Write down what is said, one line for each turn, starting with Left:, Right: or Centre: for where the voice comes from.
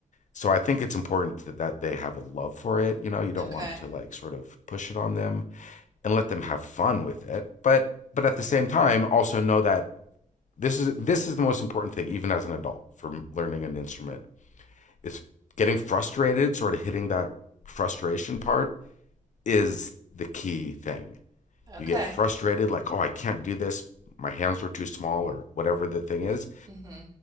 Left: so I think it's important to, that they have a love for it. You know, you don't
Right: Okay.
Left: want to like sort of push it on them and let them have fun with it. But but at the same time, also know that this is this is the most important thing, even as an adult, for learning an instrument. Is getting frustrated, sort of hitting that frustration part, is the key thing.
Right: Okay.
Left: You get frustrated, like, oh, I can't do this. My hands are too small, or whatever the thing is.
Right: Mm-hmm.